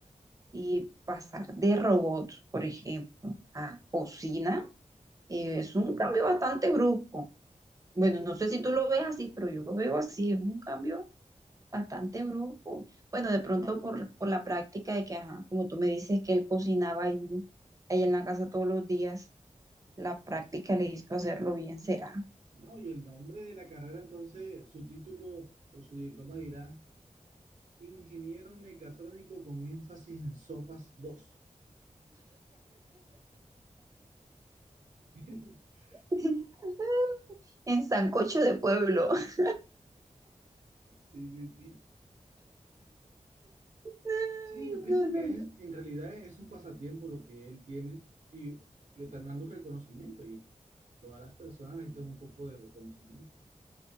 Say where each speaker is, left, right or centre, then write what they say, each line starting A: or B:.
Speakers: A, on the right; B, on the right.
A: Y pasar de robots, por ejemplo, a cocina, eh, es un cambio bastante brusco. Bueno, no sé si tú lo ves así, pero yo lo veo así, es un cambio bastante brusco. Bueno, de pronto por, por la práctica de que, ajá, como tú me dices que él cocinaba ahí, ahí en la casa todos los días, la práctica le hizo hacerlo bien, será.
B: No, y el nombre de la carrera, entonces, su título o su diploma dirá Ingeniero Mecatrónico con énfasis en sopas dos <laughs>
A: <laughs> En sancocho de pueblo. <laughs>
B: Sí, sí, sí.
A: Ay,
B: Sí, yo pienso
A: No, no,
B: que
A: no.
B: es, en realidad es un pasatiempo lo que él tiene y le están dando un reconocimiento y todas las personas necesitan un poco de reconocimiento.